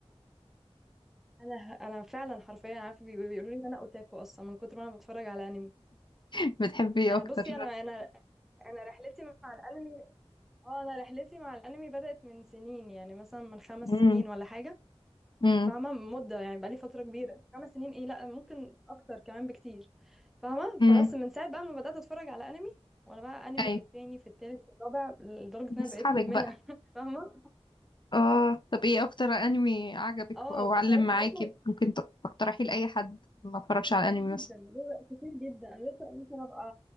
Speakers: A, in the centre; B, on the left.
A: انا ه انا فعلًا حرفيا عارفه بي بيقولوا لي ان انا اوتاكو اصلا من كتر ما انا باتفرج على انمي
B: <laughs> بتحبي إيه
A: آه،
B: أكتر؟
A: بصي انا انا انا رحلتي مع الانمي اه انا رحلتي مع الانمي بدأت من سنين يعني مثلا من خمس
B: امم
A: سنين ولا حاجه
B: امم
A: فاهمه مده يعني بقالي فتره كبيره خمس سنين ايه لا ممكن اكتر كمان بكتير فاهمه فبس
B: امم
A: من ساعه بقى ما بدأت اتفرج على انمي وانا بقى انمي
B: أي
A: في التاني في التالت في الرابع لدرجه ان
B: بأصحابك
A: انا بقيت مدمنه
B: بقى
A: <laughs> فاهمه
B: اه طب ايه أكتر أنمي عجبك
A: اه
B: أو علم
A: خلاص
B: معاكي
A: بقيت
B: ممكن ت- تقترحي لأي حد ما اتفرجش
A: كتير
B: على أنمي مثلا؟
A: جدا كتير جدا انا لسه ممكن ابقى